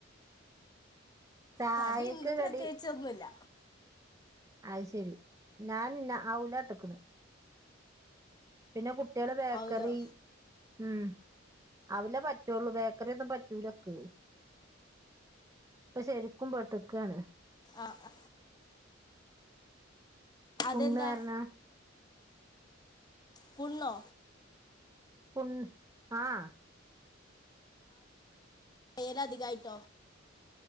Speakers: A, on the right (about 15°); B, on the left (about 20°).
A: ചായക്ക്
B: കടി ഇന്നു പ്രത്യേകിച്ചൊന്നുല്ല
A: കടി അഹ് ശെരി ഞാൻ ഔലാട്ട്ക്ക്ണെ പിന്നെ കുട്ട്യാള് ബേക്കറി
B: ആവൂലോ
A: ഉം ഔലേ പറ്റൊള്ളൂ ബേക്കറിയൊന്നും പറ്റൂലക്ക്‌ ഇപ്പൊ ശെരിക്കും പെട്ട്ക്കാണ്
B: ആഹ് ആഹ്
A: പുണ്ണാരെണം
B: അതെന്താ പുണ്ണോ?
A: പുണ്ണ് ആഹാ
B: വേലധികായിട്ടോ?